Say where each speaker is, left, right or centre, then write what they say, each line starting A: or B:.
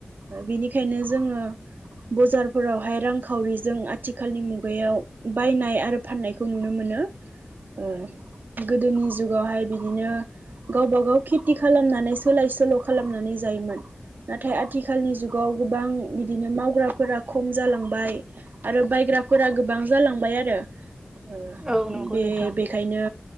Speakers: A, on the right (about 70°); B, on the right (about 25°).
A: ओ बिनिखायनो जोङो बजारफोरावहाय रांखावरिजों आथिखालनि मुगायाव बायनाय आरो फाननायखौ नुनो मोनो ओ गोदोनि जुगावहाय बिदिनो गावबा गाव खेथि खालामनानै सोलाय सोल' खालामनानै जायोमोन नाथाय आथि खालनि जुगाव गोबां बिदिनो मावग्राफोरा खम जालांबाय आरो बायग्राफोरा गोबां जालांबाय आरो ओ
B: औ नंगौ
A: बे
B: नोंथां
A: बे खायनो